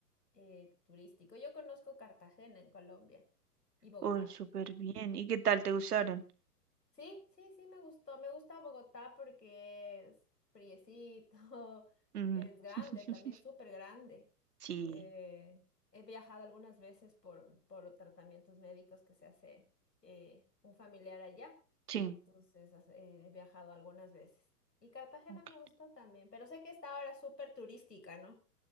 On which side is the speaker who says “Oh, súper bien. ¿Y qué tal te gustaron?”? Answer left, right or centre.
Right